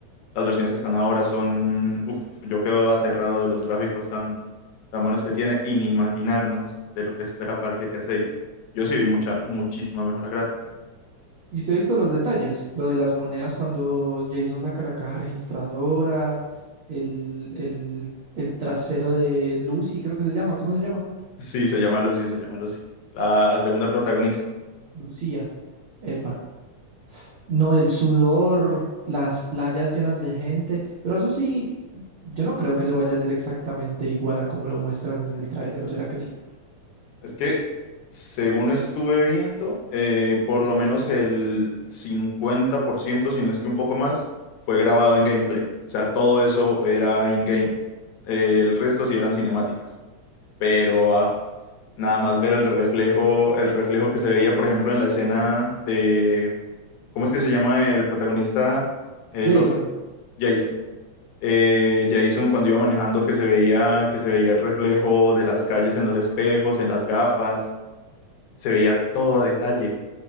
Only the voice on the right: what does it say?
Y usted ha visto los detalles, lo de las monedas cuando Jason saca la caja registradora, el, el, el trasero de Lucy, creo que se llama, ¿cómo se llama?
Lucía, epa. No, el sudor, las playas llenas de gente, pero eso sí, yo no creo que eso vaya a ser exactamente igual a como lo muestran en el tráiler, ¿o será que sí?
Jason.